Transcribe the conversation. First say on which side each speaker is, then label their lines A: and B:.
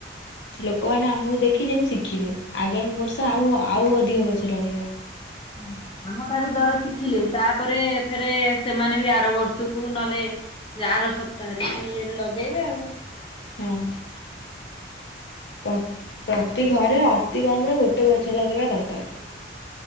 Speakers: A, on the left; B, on the left.
A: ଲୋକମାନେ ଆମକୁ ଦେଖି ଯେମିତି ଶିଖିବେଜ ଆଗାମୀ ବର୍ଷ
B: ହଁ।
A: ଆଉ ଆଉ ଅଧ ଦଧିକ ଗଛ ଲଗେଇବା।
B: ହୁଁ ଆମ ଠାରୁ ଧର ଶିଖିଲେ ତାପରେ ଫେରେ ସେମାନେ ବି ଆର ବର୍ଷକୁ ନହେଲେ ଆର ସପ୍ତାହରେ କି ଇଏରେ ଲଗେଇବେ ଆଉ।
A: ହଁ। ପ ପ୍ରତି ଘରେ ଅତି କମରେ ଗୋଟେ ଗଛ ଲଗେଇବା ଦରକାର।